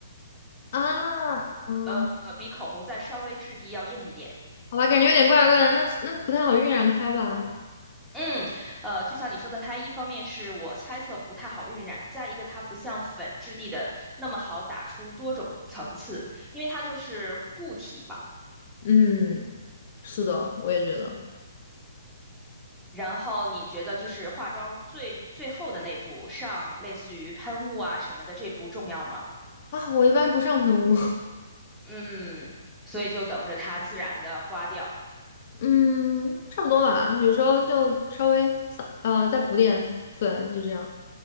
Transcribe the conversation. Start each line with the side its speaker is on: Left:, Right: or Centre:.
Left: 啊啊，
Centre: 呃呃，比口红再稍微质地要硬一点。
Left: 好吧，感觉有点怪怪的，那那不太好晕染开吧？
Centre: 嗯，呃，就像你说的，它一方面是我猜测不太好晕染，再一个它不像粉质地的那么好打出多种层次，因为它就是固体嘛。
Left: 嗯，是的，我也觉得
Centre: 然后你觉得就是化妆最最后的那步上类似于喷雾啊什么的这步重要吗？
Left: 啊，我一般不上喷雾，
Centre: 嗯，所以就等着它自然的花掉。
Left: <laughs> 嗯，差不多吧，有时候就稍微撒呃再补点粉，就这样。